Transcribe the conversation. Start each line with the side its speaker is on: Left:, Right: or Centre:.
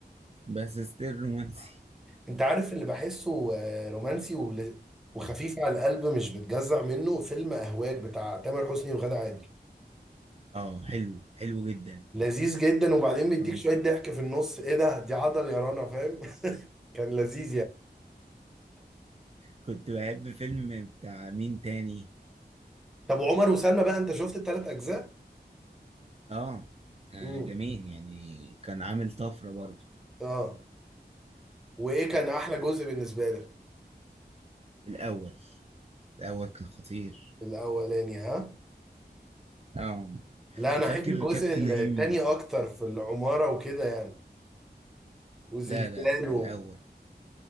Right: بس ستيل رومانسي
Centre: انت عارف اللي بحسه آه، رومانسي ول- وخفيف على القلب مش بتجزع منه فيلم اهواج بتاع تامر حسني وغادة عادل
Right: اه حلو حلو جدا
Centre: لذيذ جدا وبعدين بيديك
Right: كنت
Centre: شويه
Right: <laughs>
Centre: ضحك في النص ايه ده دي عضل يا رنا فاهم <laughs> كان لذيذ يعني
Right: كنت بحب فيلم بتاع مين تاني
Centre: طب وعمر وسلمى بقى انت شفت الثلاث اجزاء
Right: اه كان
Centre: امم
Right: جميل يعني كان عامل طفرة برضو
Centre: اه وايه كان احلى جزء بالنسبه لك
Right: الأول الأول كان خطير
Centre: الاولاني ها
Right: اه
Centre: لا انا
Right: وفاكر
Centre: احب الجزء
Right: كابتن
Centre: الثاني
Right: هيما
Centre: اكتر في العماره وكده يعني وزلزال
Right: لا لا
Centre: و-
Right: الأول